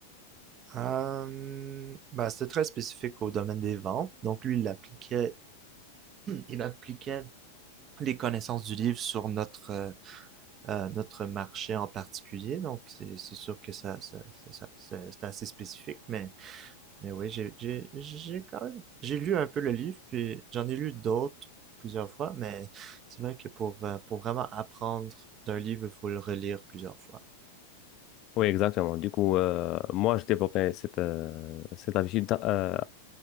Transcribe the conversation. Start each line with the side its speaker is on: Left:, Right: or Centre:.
Right: Euh, ben, c'était très spécifique au domaine des ventes. Donc lui, il appliquait, il appliquait les connaissances du livre sur notre, euh, euh, notre marché en particulier. Donc c'est c'est sûr que ça, ça, c'est ça- c'est assez spécifique, mais Mais oui, j'ai j'ai- j'ai quand même... J'ai lu un peu le livre, puis j'en ai lu d'autres plusieurs fois, mais c'est vrai que pour, euh, pour vraiment apprendre d'un livre, il faut le relire plusieurs fois.
Left: Oui, exactement. Du coup, euh, moi, je développais cette, euh, cette habitude d'a- euh,